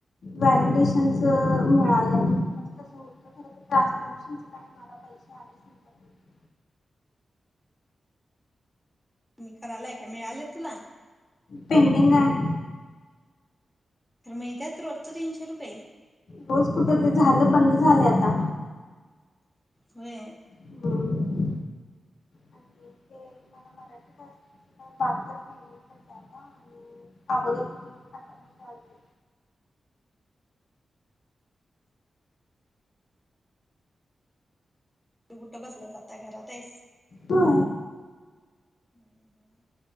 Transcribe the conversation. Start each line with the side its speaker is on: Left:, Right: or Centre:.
Left: व्हॅलिडेशनच मिळालंय म्हणजे कस - खर ट्रान्स्क्रिप्शनच काय मला पैसे आले नाही. त्यातून
Centre: तुमी करायलाय का? मिळाले तुला?
Left: पेंडिंग आहे.
Centre: तर मिळतात रोजचे तीनशे रुपये?
Left: रोज कुठ? ते झालं बंद झालंय आता.
Centre: व्हय.
Left: हम्म आणि ते मला मराठीत वाचता, बात करता नाही <unintelligible> आता आणि अगोदर- अठरा रुपये आलते
Centre: तू कुठ बसलास आता? घरात आहेस?
Left: हो.
Centre: हम्म हम्.